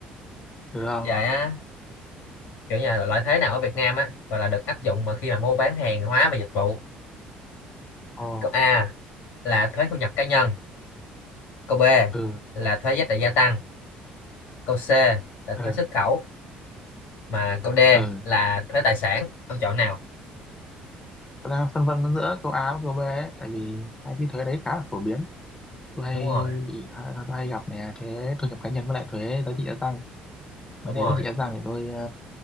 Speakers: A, on the left; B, on the left.
A: Ừ, không?
B: Vậy á kiểu như là loại thuế nào ở Việt Nam á gọi là được áp dụng mà khi mà mua bán hàng hóa và dịch vụ
A: Ồ,
B: câu A là thuế thu nhập cá nhân câu B
A: ừ,
B: là thuế giá trị gia tăng câu C là
A: ừ,
B: thuế xuất khẩu mà câu D
A: ừ.
B: là thuế tài sản ông chọn nào
A: Tôi đang phân vân giữa câu A với câu B ấy, tại vì hai cái thuế đấy khá là phổ biến. Tôi hay
B: đúng rồi
A: bị, à, tôi hay gặp nè, thuế thu nhập cá nhân với lại thuế giá trị gia tăng. Mà
B: đúng
A: thuế
B: rồi
A: giá trị gia tăng thì tôi ờ,